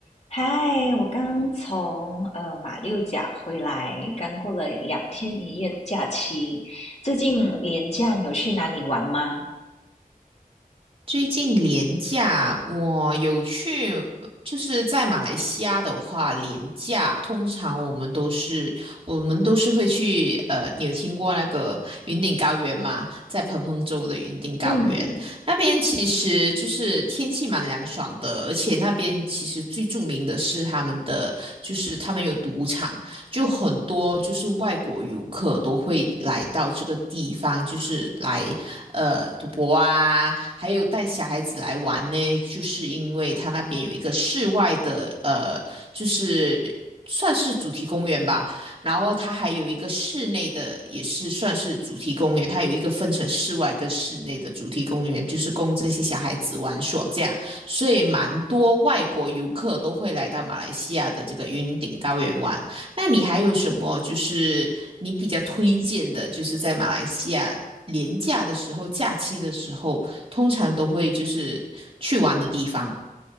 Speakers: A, on the left; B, on the right.
A: 嗨，我刚从呃马六甲回来，刚过了两天一夜的假期。最近连假你有去哪里玩吗？
B: 最近廉价，我有去，就是在马来西亚的话，廉价通常我们都是我们都是会去，呃，你有听过那个云顶高原吗？在彭亨州的云顶高原那边，
A: 嗯
B: 其实就是天气蛮凉爽的，而且那边其实最著名的是他们的，就是他们有赌场，就很多就是外国游客都会来到这个地方，就是来呃赌博啊，还有带小孩子来玩呢，就是因为它那边有一个室外的呃，就是算是主题公园吧，然后它还有一个室内的，也是算是主题公园，它有一个分成室外跟室内的主题公园，就是供这些小孩子玩耍这样。所以蛮多外国游客都会来到马来西亚的这个云顶高原玩。那你还有什么就是你比较推荐的，就是在马来西亚廉价的时候、假期的时候，通常都会就是去玩的地方？